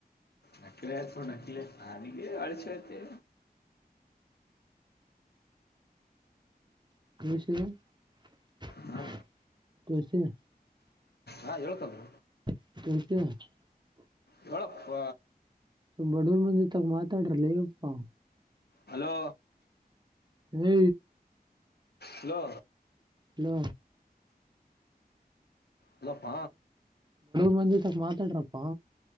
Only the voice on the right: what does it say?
<unintelligible>
ತ <unintelligible>
ಬಡವರು ಮಂದಿ ತ ಮಾತಾಡರಲಿ ಪಪ್ಪಾ
ಹ್ಮ
ಹಲೋ
ಬಡ ತ ಮಾತಾಡ್ರಪ್ಪ